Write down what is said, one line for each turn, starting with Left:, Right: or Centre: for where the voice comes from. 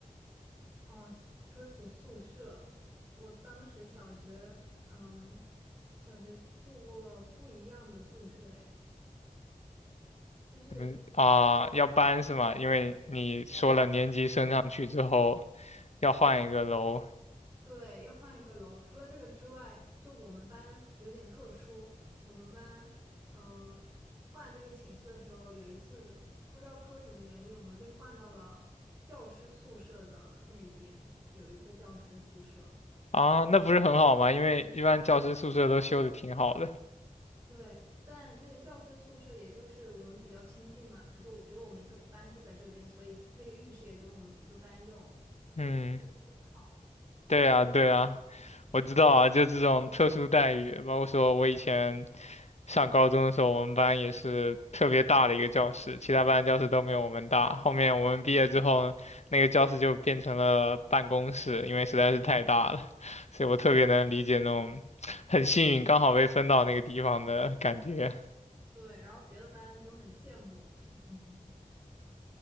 Right: 哦，说起宿舍，我当时小学，嗯，小学住过不一样的宿舍，诶，就是
Left: 怎么啊？要搬是吗？因为你说了年级升上去之后。要换一个楼
Right: 对，要换一个楼。除了这个之外，就我们班有点特殊，我们班，呃，换那个寝室的时候，有一次不知道出了什么原因，我们被换到了教师宿舍的那一边，有一个教师宿舍。
Left: 啊，那不是很好吗？因为一般教师宿舍都修的挺好的。
Right: 对，但那个教师宿舍也就是我们比较亲近嘛，就我只有我们一个班住在这边，所以那个浴室也只有我们一个班用，
Left: 嗯，
Right: 就就特别好。
Left: 对啊，对啊，我知道啊，
Right: 然后
Left: 就这种特殊待遇，包括说我以前上高中的时候，我们班也是特别大的一个教室，其他班教室都没有我们大。后面我们毕业之后，那个教室就变成了办公室，因为实在是太大了，所以我特别能理解那种很幸运刚好被分到那个地方的感觉。
Right: 对，然后别的班都很羡慕我们。<laughs>